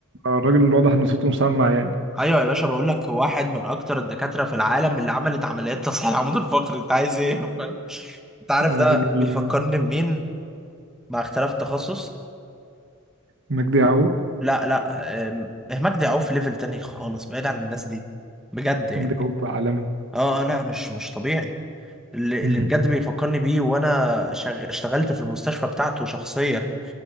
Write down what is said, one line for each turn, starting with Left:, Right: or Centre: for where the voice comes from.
Right: الراجل واضح ان صوته مسمع يعني
Centre: ايوه يا باشا بقول لك واحد من اكتر الدكاتره في العالم اللي عملت عمليات تصحيح العمود الفقري انت عايز ايه <laughs> فاهم؟ انت عارف
Right: هو
Centre: ده
Right: الراجل
Centre: بيفكرني بمين مع اختلاف التخصص
Right: مجدي يعقوب
Centre: لا لا أم، مجدي يعقوب في ليفل تاني خالص بعيد عن الناس دي بجد يعني
Right: مجدي يعقوب عالمي
Centre: اه آه، لا مش مش طبيعي اللي,
Right: مهم.
Centre: اللي بجد بيفكرني بيه وانا شغ... اشتغلت في المستشفى بتاعته شخصيا